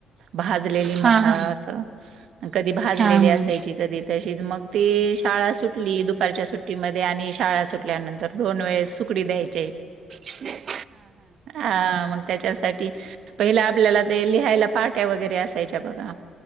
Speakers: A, on the right; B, on the right.
A: भाजलेली मका
B: हा हा
A: अस कधी, भाजलेली
B: हा हा
A: असायची कधी तशीच मग ती शाळा सुटली दुपारच्या सुट्टीमध्ये, आणि शाळा सुटल्यानंतर, दोन वेळेस सुकडी द्यायची.
B: ह् <unintelligible>
A: हा, मग त्याच्यासाठी, पहिला आपल्याला ते लिहायला पाट्या वगैरे असायच्या बघा.